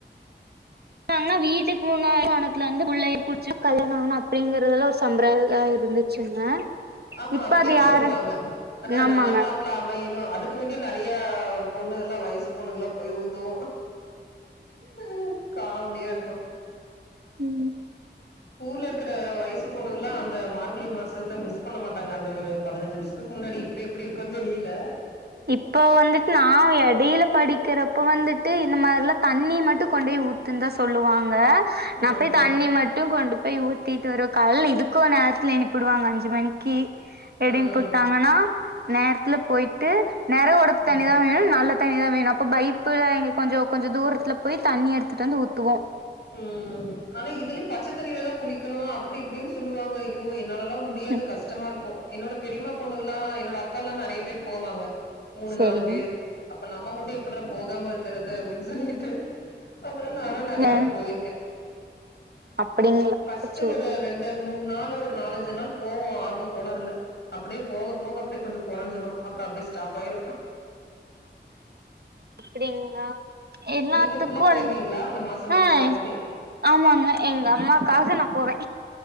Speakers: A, on the right (about 60°); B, on the left (about 65°).
A: டாங்னா வீட்டுக்கு <inaudible> புள்ளயார் புடிச்சு கல்யாண ஆகணு அப்படிங்கறதெல்லா ஒரு சம்பிரதா ஆ இருந்துச்சுங்க
B: ஆமா
A: இப்ப
B: அப்படியு
A: அது யாரு
B: சொல்லுவாங்க அப்றோ
A: ஆமாங்க
B: நல்ல மாப்பிள அமைய ணு அதுக்கு வேண்டி நறைய பொண்ணுகள்ல்லா வயசு பொண்ணுகள்ல்லா போய் ஊத்துவோ உம் காமடியா இருக்கு
A: உம்
B: ஊர்ல இருக்கிற வயசு பொண்ணுக எல்லா அந்த மார்கழி மாசத்த மிஸ் பண்ண மாட்டாங்க அந்த ஒரு பதினஞ்சு வருஷத்துக்கு முன்னாடி இப்ப எப்படி இருக்கோ தெரியல
A: இப்போ வந்துட்டு நா எடையில படிக்கிறப்போ வந்துட்டு இந்த மாரில்லா தண்ணி மட்டு கொண்டு போய் ஊத்துன்னு தா சொல்லுவா ங்க நா
B: ம்.
A: போய் தண்ணி மட்டு கொண்டு போய் ஊத்திட்டு வருவ காலைல இதுக்கு நேரத்துல எனுப்பிடுவாங்க அஞ்சு மணிக்கி எடிம்ப்புட்டாங்கனா
B: ம்.
A: நேரத்துல போய் டு நிற உடப்பு
B: ம்.
A: தண்ணிதா வேணு நாலுப் தண்ணிதா வேணு அப்பொ பைப்புல எங்க கொஞ்சொ கொஞ்சொ தூரத்துல போய் தண்ணி எடுத்துட்டு வந்து ஊத்துவோ
B: உஹ்ம் ஆனா இதுல பச்சைத்தண்ணியில தா குளிக்கணு அப்டி இப்டின்னு சொல்லுவாங்க ஐயோ என் னாலாலா முடியாது
A: ம்
B: கஷ்டமா இருக்கோ என்னோட பெரியமா பொண்ணுகலா என்னோட அக்கா எல்லா நறைய பேர் போவாங்க மூணு
A: சரிங்க
B: நாலு பேரு அப்ப நம்ம மட்டு எப்பட்றா போகாம இருக்குறது அப்டின்னு சொல்லிகிட்டு அப் பறோ நானு நறைய
A: அ
B: க்க
A: அப்படிங்களா
B: ஃப்ஸ்ட்
A: சேரி
B: ஒரு
A: சேரி
B: ரெண்டு மூணு நாள் ஒ நாலஞ்சு நாள் போவோ ஆர்வொ கோளாறுல அப்டியே போக போக அப்டிய கொஞ்ச கொறஞ்சிறோ அப்புறோ அப்டிய ஸ்டாப் ஆயிரு
A: அப்டிங்களா எல்லாத்துக்கு
B: நீங்க ஃபுல்லா போயிருவீங்களா
A: வந்து
B: அந்த மாசோ முழுசாவுமே
A: ஆஹ் ஆமாங்க எங்க அம்மாக்காக நா போவே